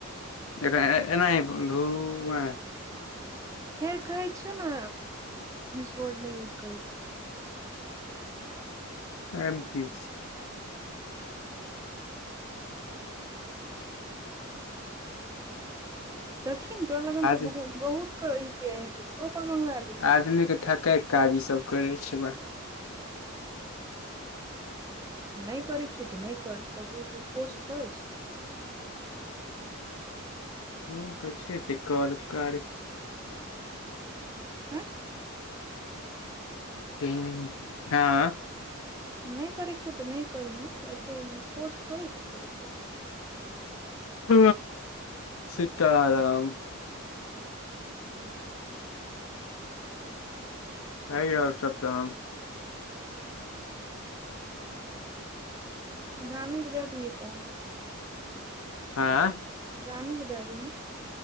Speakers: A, on the left; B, on the right.
A: एकरा अनाही धु बाई
B: फेर कहै छियौ ने मिस वर्ड नय यूज करैके छै।
A: एम कि छै
B: देखिन तोरा लगन
A: आज
B: त बहुत बहुत क यू पी आइ हेतौ ककरो पर मलंगिया
A: आदमी के थकय के काज ई सब करै छै ब
B: न कराई के छु त ने कर ककरो परर फोर्स थोड़े छै।
A: <unintelligible>
B: <inaudible>
A: <unintelligible>
B: नय करैके छौ त नय करही एतेक फोर्स थोड़े छै केकरो पर
A: ह सीताराम कही और सब तहन
B: रानू के दए दिह एकाउंट
A: आँ <unintelligible>
B: रानू के दए दही